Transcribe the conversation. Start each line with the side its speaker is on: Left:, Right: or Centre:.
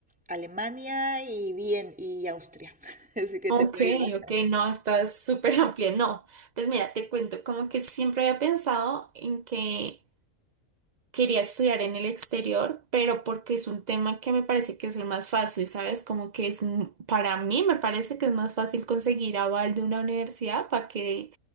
Centre: Alemania y bien y Austria. <laughs> Así que
Right: Ok,
Centre: te puedo ayudar.
Right: ok, no, estás súper <laughs> amplia. No, pues mira, te cuento, como que siempre había pensado en que quería estudiar en el exterior, pero porque es un tema que me parece que es el más fácil, ¿sabes? Como que es, m- para mí me parece que es más fácil conseguir aval de una universidad para que,